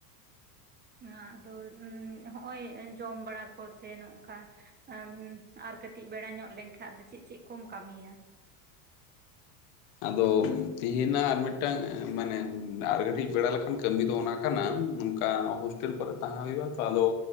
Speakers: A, on the right; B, on the left.
A: ᱟ ᱟᱫᱚ ᱦᱚᱸᱜᱼᱚᱭ ᱡᱚᱢ ᱵᱟᱲᱟ ᱠᱚ ᱥᱮ ᱱᱚᱜᱚᱠᱟ ᱟ ᱟᱨ ᱠᱟᱹᱴᱤᱡ ᱵᱮᱲᱟ ᱧᱚᱜ ᱞᱮᱱᱠᱷᱟᱱ ᱫᱚ ᱪᱮᱫ ᱪᱮᱫ ᱠᱚᱢ ᱠᱟᱹᱢᱤᱭᱟ?
B: ᱟᱫᱚ ᱛᱮᱦᱮᱧᱟᱜ ᱟᱨ ᱢᱤᱫᱴᱟᱝ ᱢᱟᱱᱮ ᱟᱨ ᱠᱟᱴᱤᱡ ᱵᱮᱲᱟ ᱞᱮᱠᱷᱟᱱ ᱠᱟᱹᱢᱤ ᱫᱚ ᱚᱱᱟ ᱠᱟᱱᱟ ᱱᱚᱝᱠᱟ ᱦᱳᱥᱴᱮᱞ ᱠᱚᱨᱮ ᱛᱟᱦᱮᱸ ᱦᱩᱭᱩᱜᱼᱟ ᱛᱚ ᱟᱫᱚ